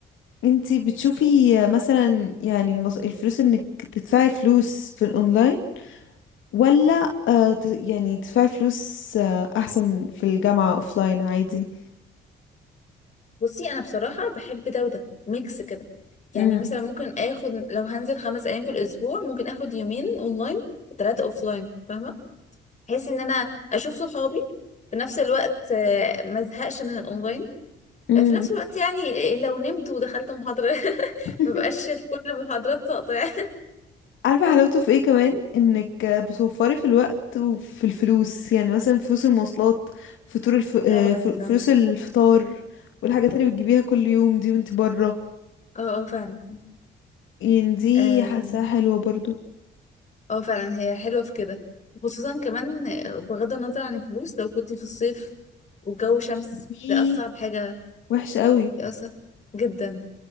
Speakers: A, on the left; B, on the left.
A: انتي بتشوفي آه، مثلا يعني المص... الفلوس انك تدفعي فلوس في الاونلاين ولا آه ت- يعني تدفعي فلوس آه احسن في الجامعة اوفلاين عادي
B: بصي انا بصراحه بحب ده وده ميكس كده يعني
A: امم
B: مثلا ممكن اخد لو هنزل خمس ايام في الاسبوع ممكن اخد يومين اونلاين وثلاثه اوفلاين فاهمه بحيث ان انا اشوف صحابي في نفس الوقت آه، ما ازهقش من الاونلاين
A: امم
B: آه، في نفس الوقت يعني لو نمت ودخلت محاضره <laughs>
A: <laughs>
B: ما بقاش في كل المحاضرات ساقطه يعني
A: عارفة حلاوته في ايه كمان انك بتوفري في الوقت وفي الفلوس يعني مثلا فلوس المواصلات فطور الف... آه،
B: فعلا
A: ف-
B: فعلا
A: فلوس الفطار والحاجات اللي بتجيبيها كل يوم دي وانت برا
B: اه اه فعلا
A: يعني دي
B: فعلا
A: حاساها حلوة برضو
B: اه فعلا هي حلوة في كده خصوصا كمان بغض النظر عن الفلوس لو كنت في الصيف والجو شمس
A: دي
B: ده أصعب حاجة
A: وحشة قوي
B: دي أصعب جدا